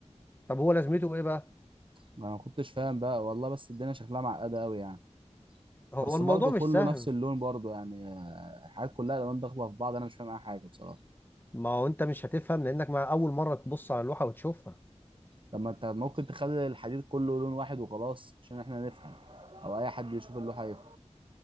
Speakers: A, on the left; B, on the right.
A: طب هو لازمته ايه بقى
B: ما انا ما كنتش فاهم بقى والله بس الدنيا شكلها معقده قوي يعني
A: هو
B: بس
A: الموضوع
B: برضه
A: مش
B: كله
A: سهل
B: نفس اللون برضه يعني آه، الحاجات كلها الالوان داخله في بعض انا مش فاهم اي حاجه بصراحه
A: ما هو انت مش هتفهم لانك مع اول مره تبص على اللوحه وتشوفها
B: طب ما انت ممكن تخلي الحديد كله لون واحد وخلاص عشان احنا نفهم او اي حد يشوف اللوحه يفهم